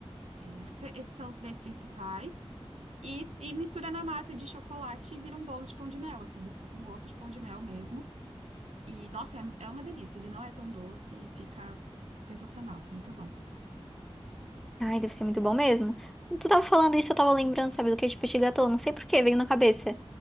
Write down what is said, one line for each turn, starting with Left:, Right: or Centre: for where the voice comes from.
Right: É, acho que cê- esses são os três principais. E, e mistura na massa de chocolate e vira um bolo de pão de mel, assim. Ele fica com gosto de pão de mel mesmo. E, nossa, é, é uma delícia. Ele não é tão doce e fica sensacional. Muito bom.
Centre: Ai, deve ser muito bom mesmo. Tu tava falando isso, eu tava lembrando, sabe, do que de petit gâteau. Não sei por que, veio na cabeça.